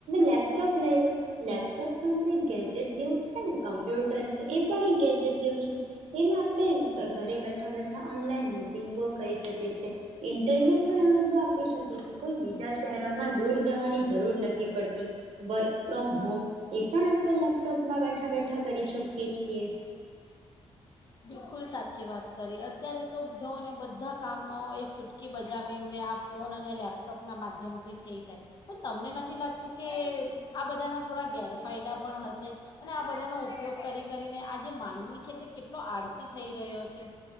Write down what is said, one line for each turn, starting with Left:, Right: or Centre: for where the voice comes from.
Right: લેપટોપ લઈ લો લેપટોપ અંદર ગેજેટ જેવું <unintelligible> કમ્પ્યુટર છે એ પણ એક ગેજેટ. છે એમાં આપડે ઘરે બેઠા બેઠા ઓનલાઈન મીટિંગો કરી શકીએ છીએ ઇન્ટરવ્યુ પણ હવે તો આપી શકીએ કોઈ બી બીજા શહેરોમાં દૂર જવાની જરૂર નથી પડતી. વ ફ્રોમ હોમ. એ પણ આપણે લેપટોપ માં બે એકઠા કરી શકીએ છીએ.
Left: બિલકુલ સાચી વાત કરી. અત્યારે તો જોઓ ને બધા કામો એક ચૂટકી બજાવીને આ ફોન અને લેપટોપના માધ્યમથી થઈ જાય, પણ તમને નથી લાગતું કે આ બધાના થોડા ગેરફાયદા પણ હશે અને આ બધાનો ઉપયોગ કરી કરીને આ જે માનવી છે તે કેટ કેટલો આળસી થઈ રહ્યો છે.